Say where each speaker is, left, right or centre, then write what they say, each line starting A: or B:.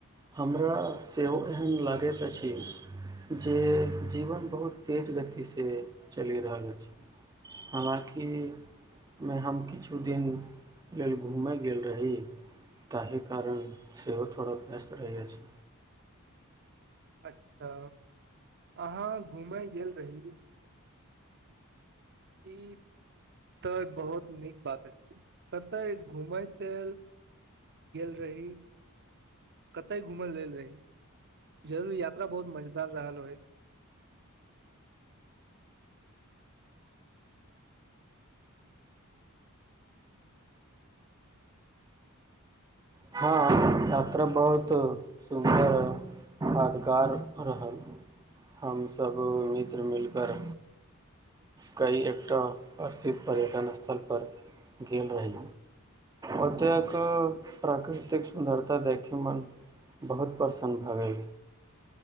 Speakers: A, on the right (about 15°); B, on the right (about 50°).
A: हमरा सेहो एहन लागैत अछि जे जीवन बहुत तेज गतिसँ चलि रहल अछि हालाँकिमे हम किछु दिन लेल घूमय गेल रही ताहि कारण सेहो थोड़ा व्यस्त रहै अछि
B: अच्छा अहाँ घूमय गेल रही ई तऽ बहुत नीक बात अछि कते घूमय के गेल रही कते घुमल लेल रही जरर यात्रा बहुत मजेदार रहल होइ
A: हँ यात्रा बहुत सुन्दर आधकार रहल हमस मित्र मिलकर कई एकटा प्रसिद्ध पर्यटन स्थल पर गेल रही ओतेक प्राकृतिक सुन्दर तऽ देखय मोन बहुत प्रसन्न भऽ गेल